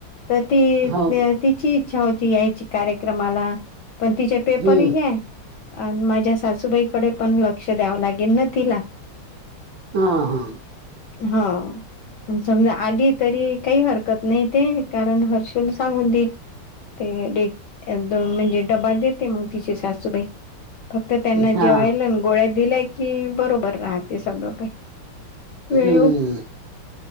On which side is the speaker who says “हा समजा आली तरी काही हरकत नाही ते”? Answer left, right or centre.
Left